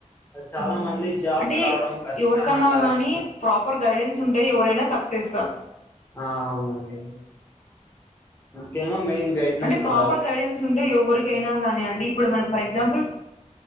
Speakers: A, on the left; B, on the left.
A: చాలా
B: అవునండి
A: మంది జాబ్స్
B: అంటే
A: రావడం కష్టం
B: ఎవరికన్నా
A: అంటారు
B: గానీ
A: కానీ
B: ప్రాపర్ గైడెన్స్ ఉంటే ఎవరైనా సక్సెస్‌గా
A: ఆ అవునండి ముఖ్యంగా మెయిన్ గైడ్నెస్
B: అంటే ప్రాపర్
A: ఉండాల
B: గైడెన్స్ ఉంటే ఎవరికైనా గానీ అండి ఇప్పుడు మనం ఫర్ ఎగ్జాంపుల్